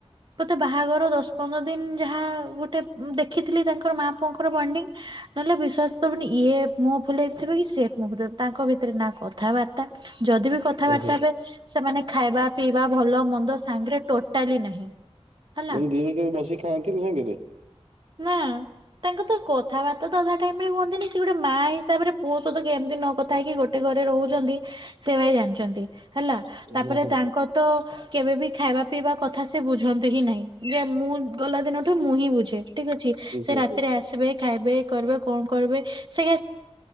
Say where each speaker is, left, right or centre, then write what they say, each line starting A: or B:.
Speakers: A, on the right (about 45°); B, on the right (about 85°).
A: ମୋତେ ବାହାଘର ଦଶ ପନ୍ଦର ଦିନ ଯାହା ଗୋଟେ ଦେଖିଥିଲି ତାଙ୍କର ମା ପୁଅଙ୍କର ବଣ୍ଡିଙ୍ଗ ନହଲେ ବିଶ୍ୱାସ। ତାମାନେ ଇଏ ମୁହଁ ଫୁଲେଇ ଥିବ କି ସେ । ତାଙ୍କ ଭିତରେ ନା କଥାବାର୍ତ୍ତା। ଯଦି ବିି କଥାବାର୍ତ୍ତା
B: ଓହୋ
A: ହେବେ ।ସେମାନେ ଖାଇବା ପିଇବା ଭଲ, ମନ୍ଦ ସାଙ୍ଗରେ ସେଟାବି ନାହିଁ। ହେଲା।
B: ଯିଏ ଯାହା ବସିିକି ଖାଆନ୍ତିନି ସାଙ୍ଗରେ।
A: ନା ତାଙ୍କ ତ କଥାବାର୍ତ୍ତା ତ ଅଧା ଟାଇମ ରେ ହୁଅନ୍ତିନି। ସେ ଗୋଟେ ମା ହିସାବରେ ପୁଅ ସହ କେମିତି ନ କଥା ହେଇକି ଗୋଟେ ଗୋଟେ ଘରେ ରହୁଛନ୍ତି ।ସେ ଭାଇ ଜାଣିଛନ୍ତି ହେଲା
B: ହୁଁ
A: ତାପରେ
B: ହୁଁ ହୁଁ
A: ତାଙ୍କ ତ କେବେ ବିି ଖାଇବା ପିଇବା କଥା ସେ ବୁଝନ୍ତୁ ହିଁ ନାହିଁ। ଯେ ମୁଁ ଗଲା ଦିନଠୁ ମୁଁ ହିଁ ବୁଝେ ଠିକ ଅଛି। ସେ
B: ହୁଁ
A: ରାତିରେ
B: ହୁଁ
A: ଆସିବେ ଖାଇ କର କଣ କରିବେ? ସେ